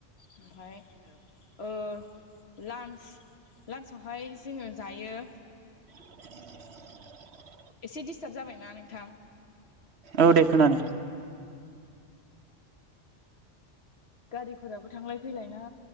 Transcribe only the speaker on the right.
<inaudible>
औ देखनादों।